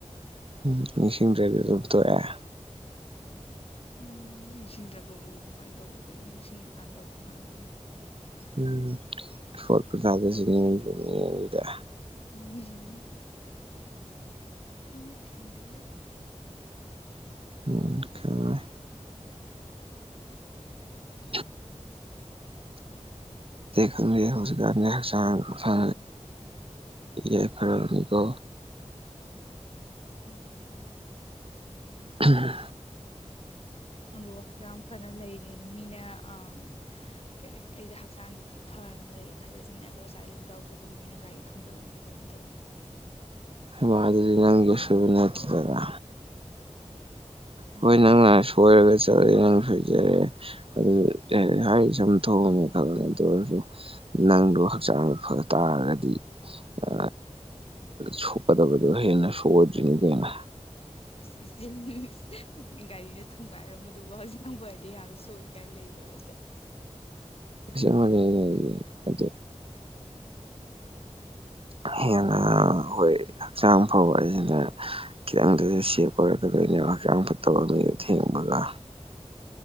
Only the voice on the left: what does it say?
ꯎꯝ ꯅꯤꯡꯁꯤꯡꯗ꯭ꯔꯒꯕꯨ ꯀꯃꯥꯏꯅ ꯇꯧꯕꯗ ꯑꯗꯨ ꯅꯤꯡꯁꯤꯡꯉꯀꯥꯟꯗ ꯇꯧꯕꯅꯤ ꯀꯩꯅ
ꯎꯝ ꯑ ꯀꯟꯗ
ꯎꯝ ꯎꯝꯝ
ꯑꯗꯣ ꯍꯛꯆꯥꯡ ꯌꯥꯝ ꯐꯅ ꯂꯩꯔꯦꯅ ꯃꯤꯅ ꯑ ꯀꯔꯤ ꯑꯩꯁꯦ ꯍꯛꯆꯥꯡ ꯐꯅ ꯂꯩ ꯈꯜꯂꯦ ꯁꯤꯅꯦ ꯑꯗꯣ ꯉꯁꯥꯏ ꯂꯝꯖꯥꯎ ꯊ ꯊꯣꯛꯄꯗ ꯃꯤꯅ ꯒꯥꯔꯤ ꯊꯣꯡꯖꯤꯜꯂꯝꯕꯅꯤ ꯀꯃꯥꯏꯅ ꯇꯧꯕ
ꯑꯗꯣ
ꯑꯁꯣꯏꯕꯅꯤ
ꯑ ꯏꯆꯦ ꯒꯥꯔꯤꯅ ꯊꯣꯡꯒꯥꯏꯔꯝꯕꯗꯨꯕꯨ ꯍꯛꯖꯤ ꯅꯪꯕꯔꯗꯤ ꯌꯥꯝ ꯁꯣꯛꯏ ꯀꯥꯏꯅ ꯂꯩꯕ꯭ꯔꯥ ꯑꯩꯁꯦ